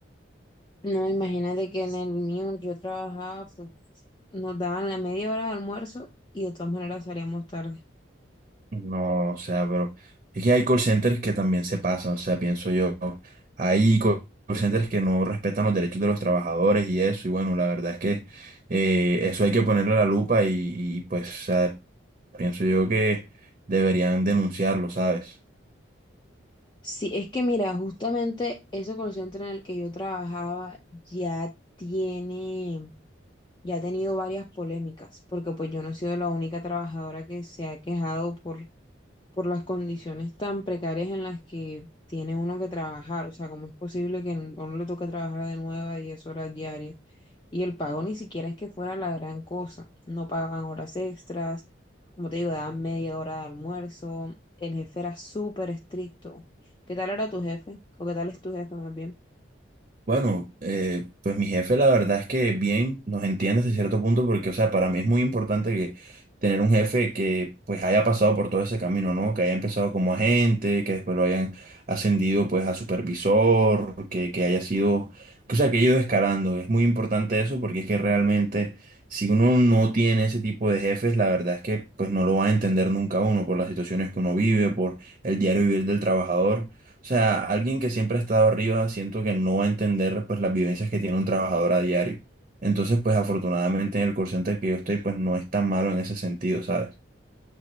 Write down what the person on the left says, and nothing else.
No, imagínate que en el mío yo trabajaba, pues nos daban la media hora de almuerzo y de todas maneras salíamos tarde.
Sí, es que mira, justamente ese call center en el que yo trabajaba ya tiene, ya ha tenido varias polémicas, porque pues yo no he sido la única trabajadora que se ha quejado por, por las condiciones tan precarias en las que tiene uno que trabajar, o sea, ¿cómo es posible que a uno le toque trabajar de nueve a 10 horas diarias? Y el pago ni siquiera es que fuera la gran cosa. No pagaban horas extras, como te digo, daban media hora de almuerzo. El jefe era súper estricto. ¿Qué tal era tu jefe? ¿O qué tal es tu jefe más bien?